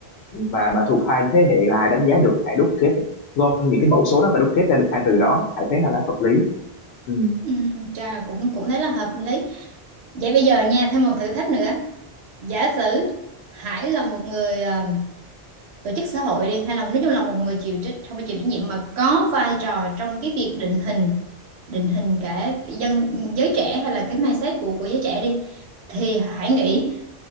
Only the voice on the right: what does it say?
ừ trà cũng cũng thấy là hợp lý vậy bây giờ nha thêm một thử thách nữa giả sử Hải là một người ờ, tổ chức xã hội đi hay là nói chung là một người chịu trách không phải chịu trách nhiệm mà có vai trò trong cái việc định hình định hình cả dân giới trẻ hay là cái mindset của của giới trẻ đi thì Hải nghĩ